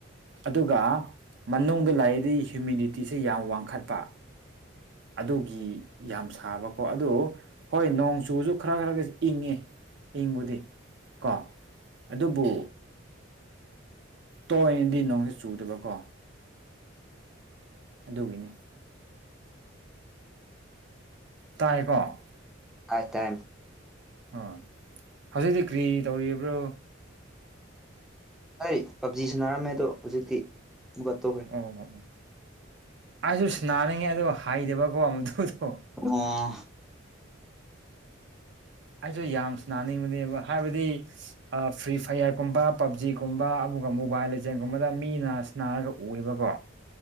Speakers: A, on the right; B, in the centre.
A: ꯑꯗꯨꯒ ꯃꯅꯨꯡꯗ ꯂꯥꯛꯏꯗꯤ ꯍ꯭ꯌꯨꯃꯤꯗꯤꯇꯤꯁꯦ ꯌꯥꯝ ꯋꯥꯡꯈꯠꯄ ꯑꯗꯨꯒꯤ ꯌꯥꯝ ꯁꯥꯕꯀꯣ ꯑꯗꯨ ꯍꯣꯏ ꯅꯣꯡ ꯆꯨꯁꯨ ꯈꯔ ꯈꯔꯒ ꯏꯪꯉꯦ ꯏꯪꯕꯨꯗꯤ ꯀꯣ ꯑꯗꯨꯕꯨ ꯇꯣꯛꯅꯗꯤ ꯅꯣꯡꯁꯤ ꯆꯨꯗꯕꯀꯣ ꯑꯗꯨꯒꯤꯅꯤ ꯇꯥꯏꯀꯣ
B: ꯍꯥꯏꯥꯏ ꯇꯥꯏ
A: ꯎ ꯍꯧꯖꯤꯛꯇꯤ ꯀꯔꯤ ꯇꯧꯔꯤꯕ꯭ꯔꯣ
B: ꯍꯥꯏ ꯄꯞꯖꯤꯁꯨꯟꯅꯔꯝꯃꯦ ꯑꯗꯣ ꯍꯧꯖꯤꯛꯇꯤ ꯑꯃꯨꯛꯀ ꯇꯣꯛꯈ꯭ꯔꯦ
A: ꯑꯣ ꯑꯣ ꯑꯩꯁꯨ ꯁꯥꯟꯅꯅꯤꯡꯉꯦ ꯑꯗꯣ ꯍꯥꯏꯗꯕꯀꯣ ꯃꯗꯨꯗꯣ
B: ꯑꯣ
A: ꯑꯩꯁꯨ ꯌꯥꯝ ꯁꯥꯟꯅꯤꯡꯕꯅꯦꯕ ꯍꯥꯏꯕꯗꯤ ꯐ꯭ꯔꯤ ꯐꯌꯥꯔꯒꯨꯝꯕ ꯄꯕꯖꯤꯒꯨꯝꯕ ꯑꯗꯨꯒ ꯃꯣꯕꯥꯏꯜ ꯂꯦꯖꯦꯟꯒꯨꯝꯕꯗ ꯃꯤꯅꯅꯥꯁ ꯅꯥꯔꯒ ꯎꯕꯀꯣ <inaudible>